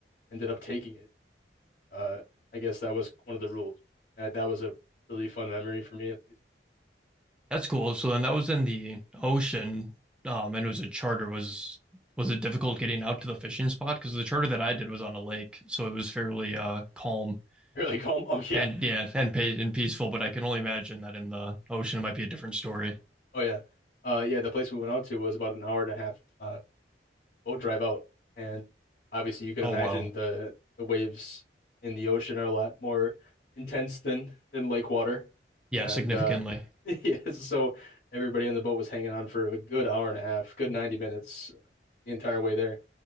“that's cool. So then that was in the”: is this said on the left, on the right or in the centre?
Centre